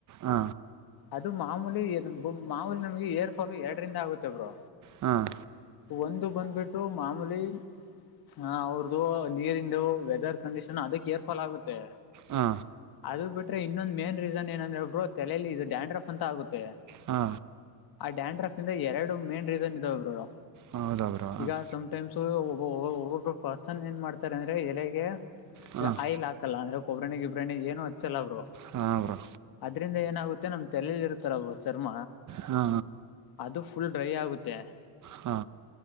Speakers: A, on the right (about 45°); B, on the left (about 55°).
A: ಹ
B: ಅದು ಮಾಮೂಲಿ ಮಾಮೂಲಿ ನಮ್ಗೆ ಏರ್ ಫಾಲ್ ಎರಡರಿಂದ ಆಗುತ್ತೆ ಬ್ರೋ
A: ಹಾಂ
B: ಒಂದು ಬಂದ್ಬಿಟ್ಟು ಮಾಮೂಲಿ ಹಾ ಅವ್ರದು ನೀರಿಂದು ವೆದರ್ ಕಂಡೀಷನ್ ಅದು ಕೇರ್ಫಾಲ್ ಆಗುತ್ತೆ
A: ಹಾ
B: ಅದು ಬಿಟ್ರೆ ಇನ್ನೊಂದು ಮೇನ್ ರೀಸನ್ ಏನಂದ್ರೆಬ್ರೋ ತಲೆಲ್ಲಿ ಇದು ಡ್ಯಾಂಡ್ರಫ್ ಅಂತ ಆಗುತ್ತೆ
A: ಹಾ
B: ಡ್ಯಾನ್ಫ್ ಇಂದ ಎರಡು ಮೇನ್ ರೀಸನ್ ಇದಾವೆ ಬ್ರೋ
A: ಹೌದಾ ಬ್ರೋ ಹಾಂ
B: ಈಗ ಸಮ್ಟೈಮ್ಸ್ ಒಬ್ಬೊಬ್ಬರು ಪರ್ಸನ್ ಏನ್ ಮಾಡ್ತಾರೆ ಅಂದ್ರೆ ಎಲೆಗೆ
A: ಹಾಂ
B: ಆಯಿಲ್ ಹಾಕಲ್ಲ ಅಂದ್ರೆ ಒಬ್ರನಗ ಇಬ್ರನಿ ಏನು ಹಚ್ಚಲ್ಲಬ್ರೋ
A: ಹಾಂ ಬ್ರೋ
B: ಅದ್ರಿಂದ ಏನಾಗುತ್ತೆ ನಮ್ ತಲೇಲಿ ಇರು ರ ಚರ್ಮ
A: ಹಾ
B: ಅದು ಫುಲ್ ಡ್ರೈ ಆಗುತ್ತೆ
A: ಹಾ